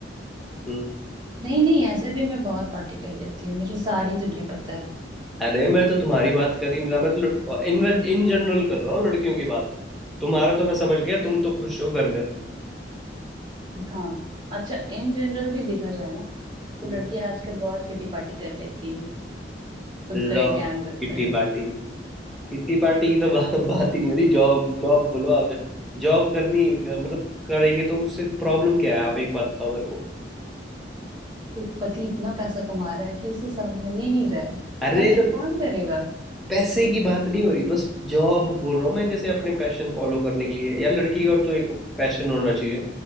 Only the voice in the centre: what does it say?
हम्म
अरे मैं तो तुम्हारी बात कर ही नहीं रहा मैं तो लड़- इन इन जनरल कर रहा हूँ लड़कियों की बात तुम्हारा तो मैं समझ गया तुम तो खुश हो घर में
हम्म,
लो
किट्टी
पार्टी किट्टी पार्टी की तो बा, बात ही नहीं हो रही जॉब जॉब बोलो आप जॉब करनी मतलब करेंगे तो उससे प्रॉब्लम क्या है आप एक बात बताओ मेरे को
अरे
तो
पैसे की बात नहीं हो रही बस जॉब बोल रहा हूँ मैं जैसे अपने पैशन फॉलो करने के लिए यार लड़की का भी तो एक पैशन होना चाहिए